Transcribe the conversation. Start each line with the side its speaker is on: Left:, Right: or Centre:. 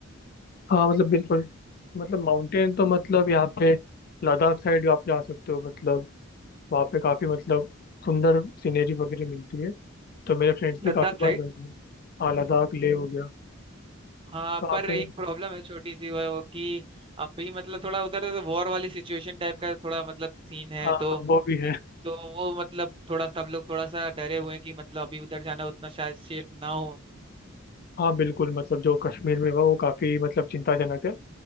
Left: हाँ मतलब बिल्कुल मतलब माउंटेन तो मतलब यहाँ पे लद्दाख साइड आप जा सकते हो मतलब वहाँ पे काफ़ी मतलब सुंदर सीनरी वगैरह मिलती है तो मेरे फ्रेंड्स भी
Right: लद्दाख
Left: काफ़ी बार
Right: साइड
Left: गए हैं हाँ लद्दाख लेह हो गया
Right: हाँ
Left: तो वहाँ
Right: पर
Left: पे
Right: एक प्रॉब्लम है छोटी सी वो वो कि अभी मतलब थोड़ा उधर वॉर वाली सिचुएशन टाइप का थोड़ा मतलब सीन है
Left: हाँ
Right: तो
Left: वो भी है
Right: तो वो मतलब थोड़ा सब लोग थोड़ा सा डरे हुए हैं कि मतलब अभी उधर जाना उतना शायद सेफ ना हो
Left: हाँ बिल्कुल मतलब जो कश्मीर में हुआ वो काफ़ी मतलब चिंताजनक है